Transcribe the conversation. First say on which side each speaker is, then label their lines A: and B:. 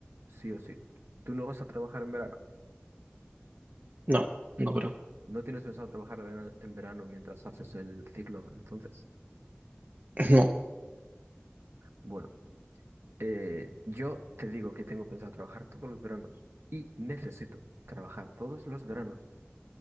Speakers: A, on the right; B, on the right.
A: sí o sí. Tú no vas a trabajar en verano.
B: No, no creo.
A: No tienes pensado trabajar en en verano mientras haces el ciclo, entonces.
B: <laughs> No,
A: Bueno, eh, yo te digo que tengo pensado trabajar todos los veranos y necesito trabajar todos los veranos